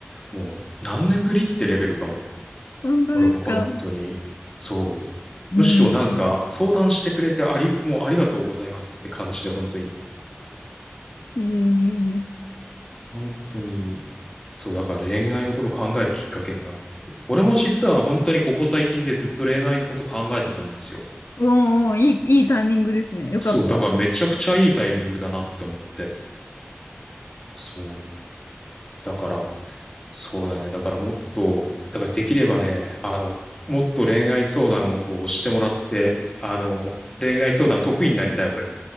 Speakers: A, on the left (about 15°); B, on the left (about 75°).
A: もう何年ぶりってレベルかも。
B: 本当ですか。
A: 俺も本当に、そう。
B: うん。
A: むしろなんか相談してくれてあり、もうありがとうございますって感じで本当に、
B: いえいえいえ。
A: 本当に、そう、だから恋愛のこと考えるきっかけになってて。俺も実は本当にここ最近でずっと恋愛のこと考えてたんですよ。
B: もういい、いいタイミングですね。よかった。
A: そう、だからめちゃくちゃいいタイミングだなって思って。そう。だから、そうだね。だからもっと、だからできればね、あの、もっと恋愛相談をこうしてもらって、あの、恋愛相談得意になりたい、俺。